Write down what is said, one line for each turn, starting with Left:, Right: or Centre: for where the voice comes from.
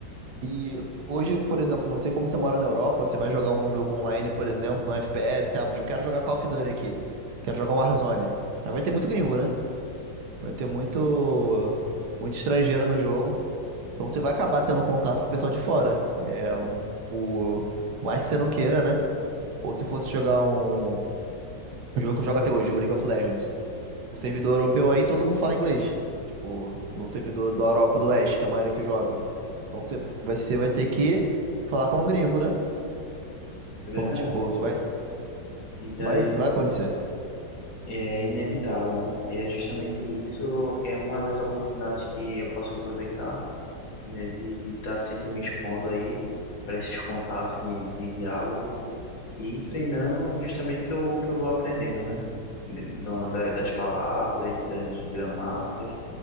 Right: E hoje, por exemplo, você, como você mora na Europa, você vai jogar um jogo online, por exemplo, um FPS, ah, eu quero jogar Call of Duty aqui, quero jogar Warzone. Aí vai ter muito gringo, né? Vai ter muito, muito estrangeiro no jogo. Então você vai acabar tendo contato com o pessoal de fora. É, por mais que você não queira, né? Ou se fosse jogar um. O jogo que eu jogo até hoje, o League of Legends. O servidor europeu aí, todo mundo fala inglês. Tipo, no servidor da Europa do Oeste, que é a maioria que joga. Então você vai, você vai ter que falar com o gringo, né?
Left: É verdade.
Right: Então, tipo, isso vai,
Left: E daí
Right: vai, isso vai acontecer.
Left: é inevitável, né? E é justamente isso que é uma das oportunidades que eu posso aproveitar, né? De estar sempre me expondo aí para esses contatos de, de diálogo e ir treinando justamente que eu, o que eu vou aprendendo, né? Da- da- Das palavras, das gramáticas,